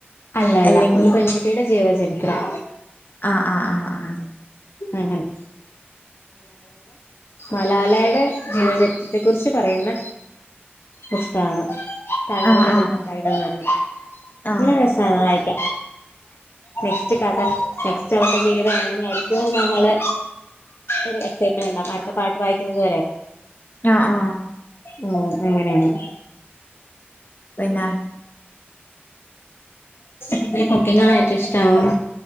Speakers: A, on the left; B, on the left.
A: അല്ല അല്ല
B: അല്ലെങ്കിൽ
A: ഒരു പെൺകുട്ടിയുടെ ജീ ജീവചരിത്രം
B: ആ ആ ആ ആ
A: അങ്ങനെ മലാലെടെ ജീവചരിത്രത്തെ കുറിച്ച് പറയുന്ന പുസ്തകാണ് താഴ്‌വരയിലെ
B: ആ ആ
A: ഗുൽമക്കായികൾ എന്ന്
B: ആ
A: നല്ല രസാണ് വായിക്കാൻ നെക്സ്റ്റ് കഥ നെക്സ്റ്റ് അവൾട ജീവിതം എങ്ങനെയായിരിക്കുവെന്ന് നമ്മള് ഒരു എക്സൈറ്റ്മെന്റ്ണ്ടാവും അടുത്ത പാർട്ട് വായിക്കുന്നത് വരെ
B: ആ ആ
A: ഉം അങ്ങനെയാണ്
B: പിന്ന
A: പിന്നെ കുക്കിങ്‌ നന്നായിട്ട് ഇഷ്ടാണോ